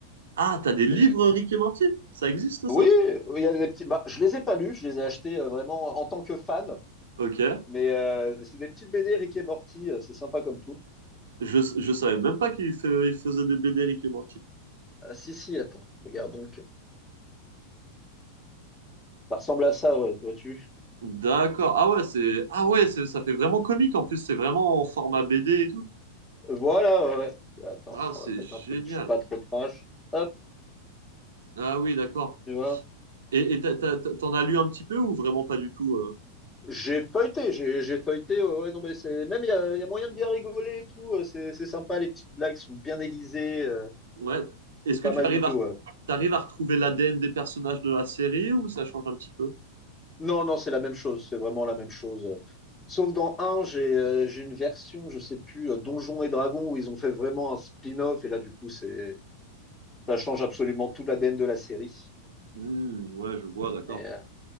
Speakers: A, on the right; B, on the left.
A: Ah, t'as des livres
B: Euh,
A: Rick et Morty? Ça existe,
B: Oui,
A: ça?
B: il y a des petits. Bah, je les ai pas lus. Je les ai achetés euh, vraiment en tant que fan.
A: Ok.
B: Mais euh, c'est des petites BD Rick et Morty. euh, C'est sympa comme tout.
A: Je, je savais même pas qu'il fait- il faisait des BD Rick et Morty.
B: Ah si si, attends, regarde donc. Ça ressemble à ça, ouais, vois-tu?
A: D'accord. Ah ouais, c'est, ah ouais, c'est- ça fait vraiment comique. En plus, c'est vraiment en format BD et tout.
B: Voilà, ouais. ouais. Attends,
A: Ah, c'est
B: on va mettre
A: génial.
B: un truc pas trop trash. Hop,
A: Ah oui, d'accord.
B: tu vois.
A: Et, et t'as- t'as- t'en as lu un petit peu ou vraiment pas du tout? euh?
B: J'ai feuilleté, j'ai j'ai feuilleté. Ouais, ouais, non, mais c'est même il y a, il y a moyen de bien rigoler et tout. euh, C'est c'est sympa, les petites blagues sont bien aiguisées. euh,
A: Ouais. Est-ce
B: C'est
A: que
B: pas
A: tu
B: mal
A: arrives
B: du tout.
A: à,
B: ouais.
A: t'arrives à retrouver l'ADN des personnages de la série ou ça change un petit peu?
B: Non, non, c'est la même chose. C'est vraiment la même chose. euh. Sauf dans un, j'ai euh, j'ai une version, je sais plus, euh, Donjons et Dragons où ils ont fait vraiment un spin-off et là du coup c'est ça change absolument tout la l'ADN de la série.
A: Hmm, ouais, je vois, d'accord.
B: Et, euh,